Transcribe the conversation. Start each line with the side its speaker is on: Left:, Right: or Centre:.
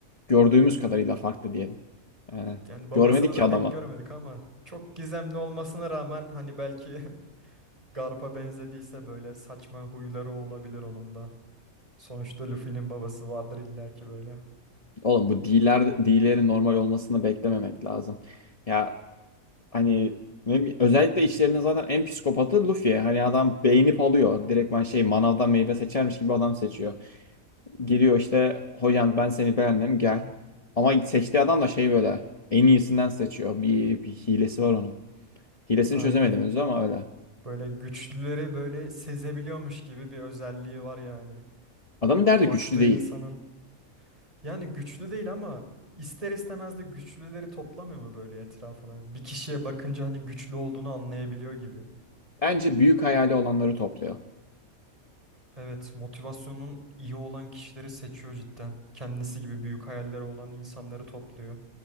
Left: gördüğümüz kadarıyla farklı diyelim. Yani
Right: Yani babasını
Left: görmedik ki
Right: da
Left: adama.
Right: pek görmedik ama çok gizemli olmasına rağmen hani belki <laughs> Garp'a benzediyse böyle saçma huyları olabilir onun da. Sonuçta Luffy'nin babası vardır illaki böyle.
Left: Oğlum bu dealer, dealerin normal olmasını beklememek lazım. Ya Hani ne özellikle içlerinde zaten en psikopatı Luffy. Hani adam beğenip alıyor. Direktman şey manavdan meyve seçermiş gibi adam seçiyor. Geliyor işte hocam ben seni beğendim gel. Ama seçtiği adam da şey böyle en iyisinden seçiyor. Bir, bir hilesi var onun. Hilesini
Right: Aynen.
Left: çözemedim henüz ama öyle.
Right: Böyle güçlüleri böyle sezebiliyormuş gibi bir özelliği var yani.
Left: Adamın derdi
Right: Baktığı
Left: güçlü değil.
Right: insanın yani güçlü değil ama ister istemez de güçlüleri toplamıyor mu böyle etrafına? Bir kişiye bakınca hani güçlü olduğunu anlayabiliyor gibi.
Left: Bence büyük hayali olanları topluyor.
Right: Evet, motivasyonun iyi olan kişileri seçiyor cidden. Kendisi gibi büyük hayalleri olan insanları topluyor.